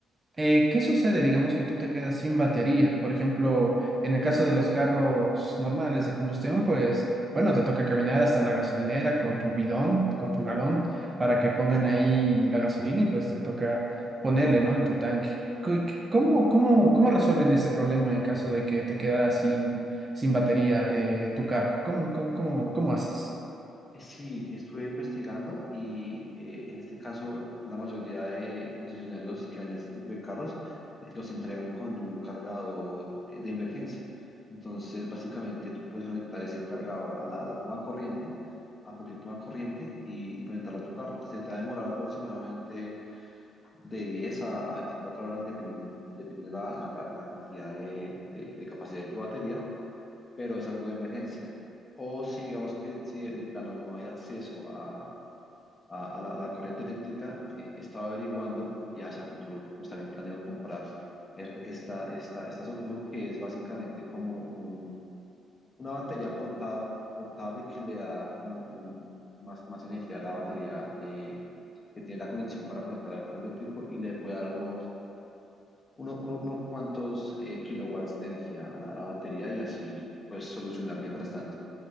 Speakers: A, on the right; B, on the left.
A: Eh, ¿qué sucede? Digamos que tú te quedas sin batería. Por ejemplo, en el caso de los carros normales de combustión, pues bueno, te toca caminar hasta la gasolinera con tu bidón, con tu galón, para que pongan ahí la gasolina y pues te toca ponerle, ¿no? En tu tanque. ¿Qué- qué- ¿Cómo, cómo, cómo resuelven ese problema en caso de que te quedaras sin, sin batería eh, tu carro? ¿Cómo, cómo, cómo, cómo haces?
B: Eh, Sí, estuve investigando y eh, en este caso la mayoría de concesionarios que venden este tipo de carros eh, los entregan con un cargador eh, de emergencia. Entonces, básicamente tú puedes conectar ese cargador a la, a la toma de corriente, a cualquier toma de corriente y, y conectarlo a tu carro. Se te va a demorar aproximadamente de 10 a, a 24 horas dependiendo, dependiendo la, la ca- la cantidad de, de- de capacidad de tu batería pero es algo de emergencia. O si digamos que si de, de plano no hay acceso a, a- a la, a la corriente eléctrica, eh, estaba averiguando y hacia futuro pues, también planeo comprar es- esta, esta, esta solución que es básicamente como un- una batería porta- portable que le da como un, más, más energía a la batería eh, que tiene la conexión para conectar al carro eléctrico y le puede dar unos, uno- uno- unos cuantos eh, kilowatts de energía a la, a la batería y así pues solucionar mientras tanto.